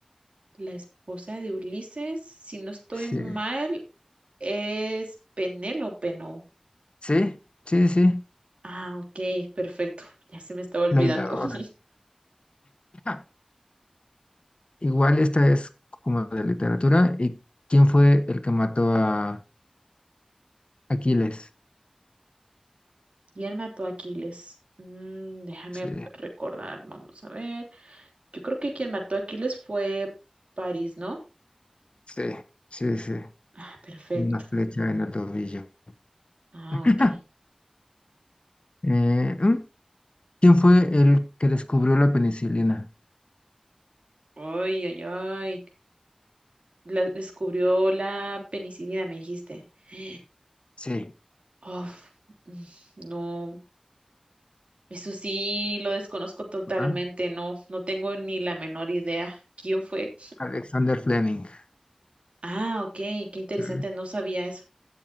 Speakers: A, on the right (about 80°); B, on the left (about 65°).
A: La esposa de Ulises, si no estoy
B: Sí,
A: mal, es Penélope, ¿no?
B: sí, sí, sí,
A: Ah, ok, perfecto. <laughs> Ya se me estaba olvidando.
B: la hiladora.
A: <laughs>
B: Ah, igual esta es como de literatura. ¿Y quién fue el que mató a Aquiles?
A: ¿Quién mató a Aquiles? Mm, déjame
B: Sí.
A: recordar, vamos a ver. Yo creo que quien mató a Aquiles fue París, ¿no?
B: Sí, sí, sí,
A: Ah, perfecto.
B: con una flecha en el tobillo.
A: Ah,
B: <laughs>
A: ok.
B: Eh, ¿mm? ¿quién fue el que descubrió la penicilina?
A: Ay, ay, ay. La, descubrió la penicilina, me dijiste. <gasps>
B: Sí.
A: <sighs> Uf, mm, no. Eso sí, lo desconozco totalmente,
B: ¿Ah?
A: no, no tengo ni la menor idea. ¿Quién fue?
B: Alexander Fleming.
A: Ah, ok, qué interesante,
B: Sí.
A: no sabía eso.